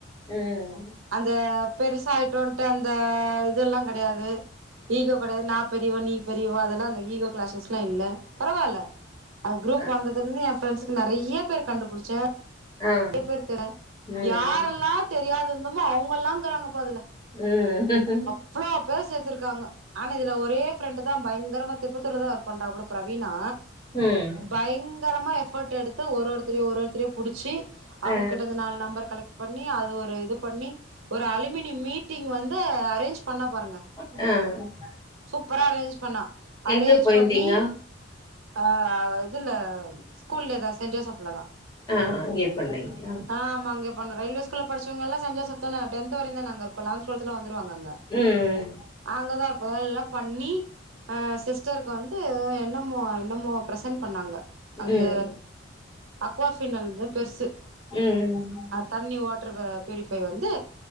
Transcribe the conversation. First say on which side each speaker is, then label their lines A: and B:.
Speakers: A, on the left; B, on the right.
A: ம்
B: அந்த பெருசாயிட்டோன்ட்டு அந்த இதெல்லா கிடையாது ஈகோ கிடையாது நா பெரியவ நீ பெரியவ அதெல்லா அந்த ஈகோ கிளாசஸ்ல்லா இல்ல பரவால்ல அது குரூப்
A: ஆ
B: வந்தது அதுலஇருந்து என் பிரண்ட்ஸக்கு நிறைய பேர் கண்டுபிடிச்சே நிறைய
A: ஆ
B: பேர் தே
A: ம்
B: யாரெல்லா தெரியா இருந்தோமோ அவங்கல்லா இருக்கிறாங்கபா அதுல
A: உம்
B: இவ்ளோ பேர சேத்திருக்காங்க ஆனா இதுல ஒரு ஒரே ஃப்ரெண்ட் தா பயங்கரமா திருப்பத்துர்லதா ஒர்க் பண்றா அவ கூட பிரவீனா
A: ம்
B: பயங்கரமா எஃபர்ட் எடுத்து ஒரு ஒருத்தரயா ஒரு ஒருத்தரயா புடிச்சு அவங்க
A: ஆ
B: கிட்ட இருந்து நாலு நம்பர் கலெக்ட் பண்ணி அது ஒரு இது பண்ணி ஒரு அழி மினி மீட்டிங் வந்து அரேஞ்ச் பண்ணா பாருங்க
A: அஹ்
B: சூப்பரா அரேஞ்ச் பண்ணா அரேஞ்ச்
A: எங்க போயிருந்தீங்க
B: பண்ணி ஆஹ் இதுல ஸ்கூல்ல தா சென்ட் ஜோசப்ல தா
A: ஆ அங்கேயே பண்ணீங்களா
B: ஆ ஆமா அங்கயே பண்ணோ ரயில்வே ஸ்கூல்ல படிச்சவங்க எல்லா சென்ட் ஜோசப் தானே டென்த் வரை தா நாங்க இரும் லவன்த்து டொவல்த்துலா வந்துருவாங்க அங்க
A: ம்
B: அங்கதா <unintelligible> பண்ணி அஹ் சிஸ்டருக்கு வந்து என்னமோ என்னமோ பிரசன் பண்ணாங்க அந்த
A: ம்
B: அக்குவாஃபினல் தா பெருசு
A: ம்
B: தண்ணி வாட் டர் பியூரிஃபை வந்து